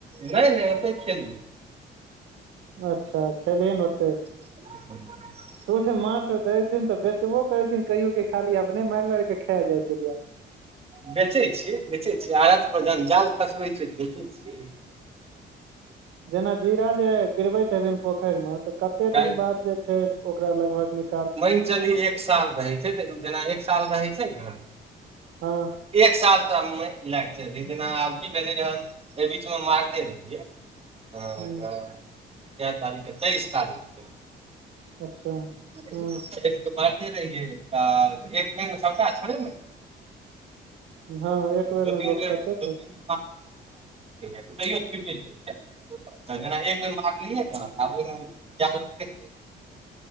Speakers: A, on the right; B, on the right.
A: नहि नहि ओतऽ खेलय
B: अच्छा खेलेले ही ने होते
A: ह <inaudible>
B: तोस माछ देै छैन तऽ बेचबो करे छीन कहियो के खाली अपने मारि मार के खा जाइ छिहींन
A: बेचै छीयै बेचै छीयै आरत पर जहन जाल खसबै छियै तऽ बेचै छियै
B: <unintelligible> जेना जीरा जे गिरबैत हेबन पोखरि मे तऽ कते
A: काल्हि
B: दिन बाद जे छै ओकरा लगभग नीक
A: मान चली एक साल रहै छै तऽ जेना एक साल रहै छै ने
B: हँ
A: एक साल तऽ ला क चलहिं जेना आब की भेले एहि बीच मे मारने रहियै हँ
B: ह
A: तऽ क तारीखे तेइस तारीख
B: अच्छा
A: मारने
B: ह
A: रहियए एक बेर मे सबटा थोड़े मरि
B: हँ एक बेर
A: जेतय
B: मे लोक
A: दिन
B: कतेक ह
A: <inaudible> तैयो छुटि <inaudible> तऽ जेना एक बेर मारलियै ने आब ओहि जाल फेंक देलिए